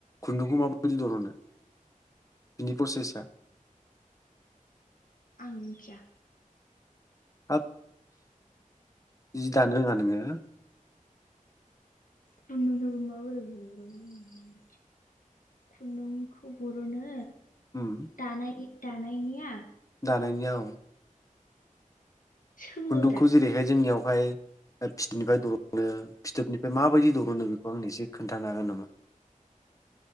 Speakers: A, on the left; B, on the left.
A: खुन्दुंखौ माबायदि दरनो बिनि प्रसेसा
B: आं मिथिया
A: हाब जि दानो रोङा नोङो
B: खुन्दुंफ्राबो माबोरै बर'नो आं मान खुन्दुंखौ बर'नो
A: उम
B: दा नाय दानायनिया
A: दानायनिया औ
B: सोङोब्रा
A: खुन्दुंखौ जेरैहाय जोंनियाव ओमफ्राय फिथोबनिफ्राय दरनो फिथोबनिफ्राय माबायदि दर'नो बेखौ आं एसे खोन्थानो हागोन नामा